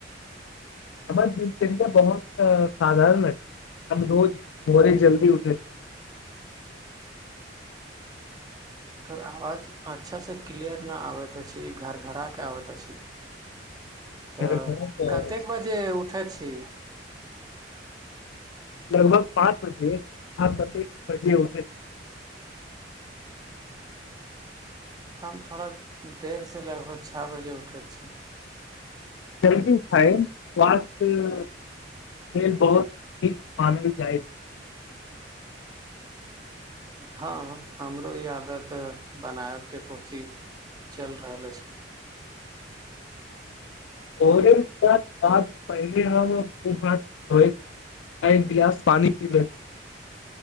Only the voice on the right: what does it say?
तोर आवाज अच्छासँ क्लियर नहि आबैत अछि घर घरा कऽ आबैत अछि तऽ
कतेक
बजे उठै छी
हम थोड़ा देरसँ लगभग छः बजे उठै छी
हँ हमरो ई आदत बनाबयके कोशिश चलि रहल अछि